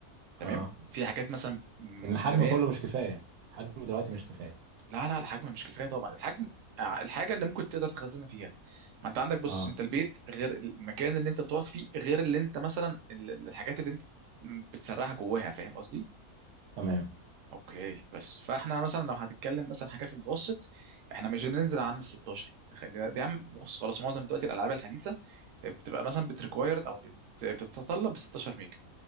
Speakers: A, on the right (about 65°); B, on the right (about 85°).
A: تمام
B: اه
A: في حاجات مثلا من
B: ان الحجم
A: زمان
B: كله مش كفاية الحجم دلوقتي مش كفاية
A: لا لا الحجم مش كفايه طبعا الحجم آه، الحاجه اللي ممكن تقدر تخزنها فيها ما انت عندك بص
B: اه
A: انت البيت غير المكان اللي انت بتقعد فيه غير اللي انت مثلا ال- الحاجات اللي انت بتسرعها جواها فاهم قصدي
B: تمام
A: اوكي بس فاحنا مثلا لو هتتكلم مثلا حاجه في المتوسط احنا مش هننزل عن ال 16 خلينا- دي يا عم بص خلاص معظم دلوقتي الالعاب الحديثه بتبقى مثلا بتريكوايرد او بت... بتتطلب 16 ميجا